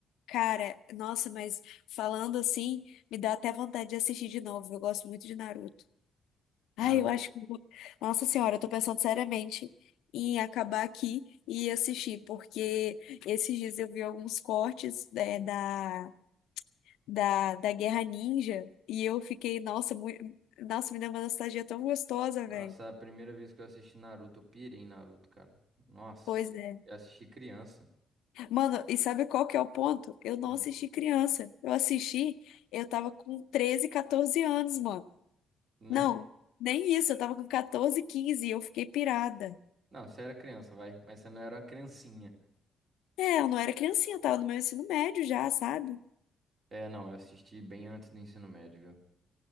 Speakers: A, on the left; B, on the right.
A: Cara, nossa, mas falando assim, me dá até vontade de assistir de novo. Eu gosto muito de Naruto. Ai,
B: Naruto.
A: eu acho que. eu vou- Nossa Senhora, eu tô pensando seriamente em acabar aqui e assistir, porque esses dias eu vi alguns cortes, né, da. da, da Guerra Ninja e eu fiquei, nossa, mui- nossa, me deu uma nostalgia tão gostosa,
B: Nossa,
A: velho.
B: a primeira vez que eu assisti Naruto, eu pirei em Naruto, cara. Nossa,
A: Pois é.
B: eu assisti criança.
A: Mano, e sabe qual que é o ponto? Eu não
B: Hum,
A: assisti criança. Eu assisti, eu tava com 13 14 anos, mano.
B: né?
A: Não, nem isso, eu tava com 14, 15 e eu fiquei pirada.
B: Não, você era criança, vai, mas você não era uma criancinha.
A: É, eu não era criancinha, eu tava no meu ensino médio já, sabe?
B: É, não, eu assisti bem antes do ensino médio, viu?